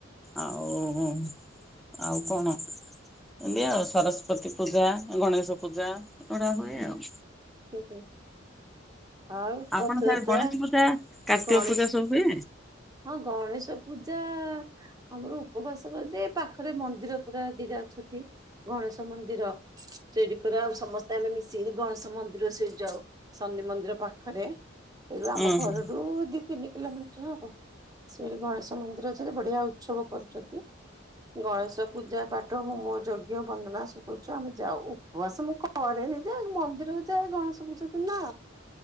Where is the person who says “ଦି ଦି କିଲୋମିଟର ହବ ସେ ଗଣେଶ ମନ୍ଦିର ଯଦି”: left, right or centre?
Right